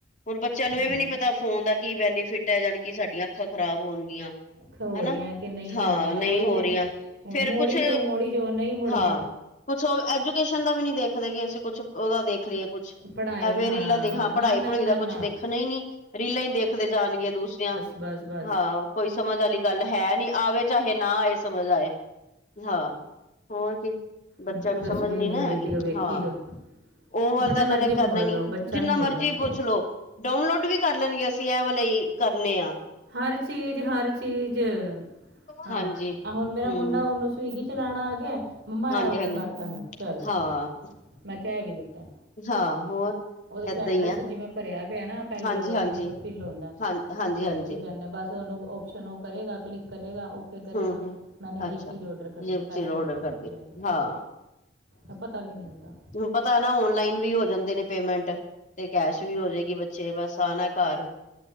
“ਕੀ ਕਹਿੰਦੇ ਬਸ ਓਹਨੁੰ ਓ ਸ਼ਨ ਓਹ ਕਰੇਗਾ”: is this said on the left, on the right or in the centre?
Right